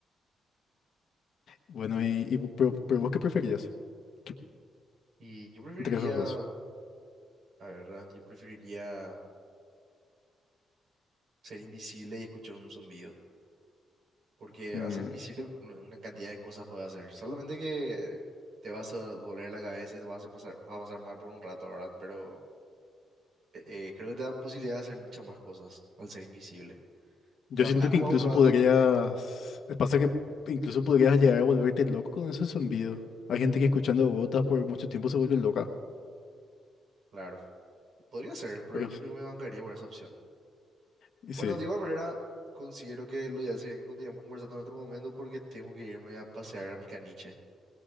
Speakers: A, on the left; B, on the right.
A: Bueno, y, y vo- pero, pero vos qué preferías ¿Qué-
B: Y yo preferiría
A: entre esos dos?
B: la verdad yo preferiría ser invisible y escuchar un zumbido. Porque
A: Mm,
B: al ser invisible, un- una cantidad de cosas puedes hacer. Solamente que te vas a doler la cabeza y te vas a hacer pasar, vas a pasar mal por un rato, ¿verdad? Pero eh, eh, creo que te da posibilidad de hacer muchas más cosas al ser invisible.
A: yo
B: Te bancas
A: siento
B: nomás
A: que incluso
B: un rato,
A: podrías,
B: tipo,
A: pasa que incluso podrías llegar a volverte loco con ese zumbido. Hay gente que escuchando gotas por mucho tiempo se vuelve loca,
B: claro. Podría ser, pero
A: pero
B: yo creo que me bancaría por esa opción.
A: y
B: Bueno,
A: sí,
B: de igual manera, considero que lo ideal sería que continuemos conversando en otro momento porque tengo que irme a pasear a mi caniche.